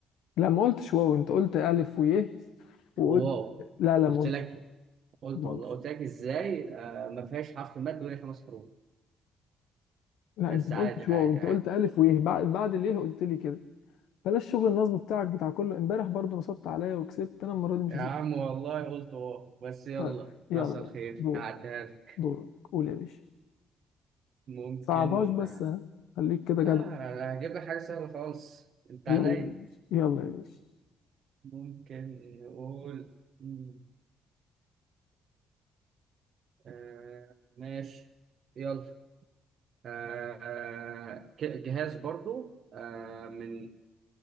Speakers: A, on the left; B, on the right.
A: لا ما قلتش واو أنت قلت ألف ويه وقلت
B: واو
A: لا لا
B: قلت
A: ما قلتش
B: لك قلت
A: ما
B: والله
A: قلتش
B: قلت لك إزاي آه ما فيهاش حرف مد وهي خمس حروف
A: لا
B: بس
A: أنت ما
B: عادي
A: قلتش
B: عادي
A: واو أنت
B: عادي
A: قلت ألف ويه بعد بعد اليه قلت لي كده بلاش شغل النصب بتاعك بتاع كله امبارح برضو نصبت عليا وكسبت أنا المرة دي مش
B: يا
A: هسيب
B: عم والله قلت اه بس يلا
A: طيب يلا
B: حصل خير
A: دورك
B: هعديها لك
A: دورك قول يا باشا
B: ممكن
A: صعبهاش بس
B: لا
A: ها خليك كده
B: لا،
A: جدع
B: هجيب لك حاجة سهلة خالص انت
A: يلا
B: عينيا
A: يا باشا يلا يا باشا
B: ممكن نقول مم، آه ماشي يلا آه آه، ك- جهاز برضو آه من